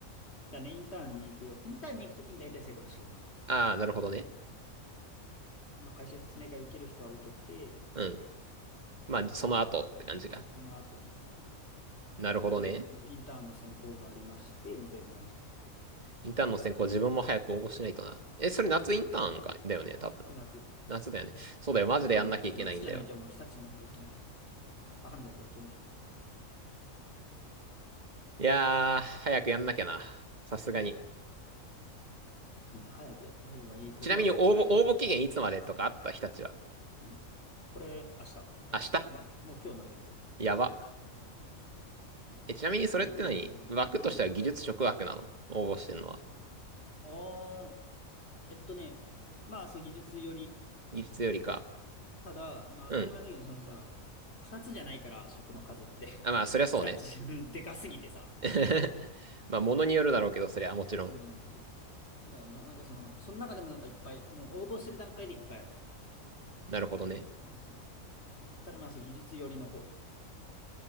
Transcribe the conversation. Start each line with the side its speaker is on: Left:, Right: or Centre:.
Left: だね、インターンに行くよ。インターンに行くときに大体性格試験がある。
Right: ああ、なるほどね。
Left: まあ、会社説明会受ける人は受けて、
Right: うん。まあ、
Left: で、
Right: その後って感じか。
Left: まあ、そ、そ、その後、
Right: なるほどね。
Left: まあ、まずインターンの選考がありまして、みたいな感じ。
Right: インターンの選考自分も早く応募しないとな。え、それ夏インターンか、
Left: まあ、そうそう。
Right: だよね、多分。
Left: これ夏。
Right: 夏だよね。そうだよ、マジでやんなきゃいけないんだよ。
Left: な、夏じゃなきゃもう日立なんかいけない。こんなバカみたいなとこ行けない。
Right: いやー、早くやんなきゃな。さすがに。
Left: もうね、早くやった方がいいことは間違いないと思
Right: ちなみに応募、応募期限いつまでとかあった日立は。
Left: う。んこれ、明日。あ、
Right: 明日
Left: もう、もう今日になったけど。
Right: やば。え、ちなみにそれって何枠としては技術職枠なの応募してんのは。
Left: ご教授になるんんああー、えっとね、まあ、そう、技術より、
Right: 技術よりか。
Left: ただ、まあ当たり前だけど、
Right: うん。
Left: そのさ、二つじゃないから、食の数って。
Right: あ、まあ、
Left: <laughs>
Right: そりゃそうね。
Left: 日立、<laughs> でかすぎてさ、
Right: <laughs> まあ、ものによるだろうけど、そりゃもちろん。
Left: ものによる。だ、な、なんかその、その中でもなんかいっぱい、もう応募する段階でいっぱいある。
Right: なるほどね。
Left: なんでそう。ただまあそう、技術寄りの方。